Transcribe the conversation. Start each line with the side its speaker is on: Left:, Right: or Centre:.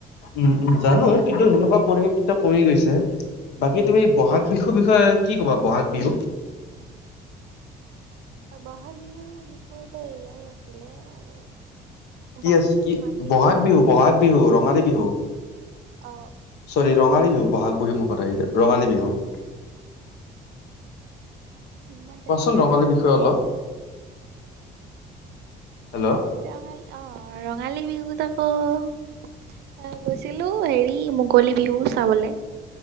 Left: উম - উম জানো কিন্তু সেনেকুৱা পৰিৱেশ কেইটা কমি গৈছে। বাকী
Right: উম
Left: তুমি বহাগ বিহুৰ বিষয়ে কি কবা বহাগ বিহু
Right: বহাগ বিহুৰ বিষয়তো এয়াই আছিলে আৰু
Left: কি
Right: বাকী
Left: আছে
Right: থাকিল
Left: কি
Right: মাঘ
Left: বহাগ বিহু- বহাগ বিহু ৰঙালী বিহু।
Right: অ',
Left: চৰি ৰঙালী বিহু বহাগ বহী মুখত আহি যায় ৰঙালী বিহু। কোৱাচোন
Right: ইমান টাইমৰ
Left: ৰঙালী বিষয়ে অলপ? হেল্ল'।
Right: ৰঙালী অ, ৰঙালী বিহুত অ ' অ 'গৈছিলো হেৰি মুকলী বিহু চাবলে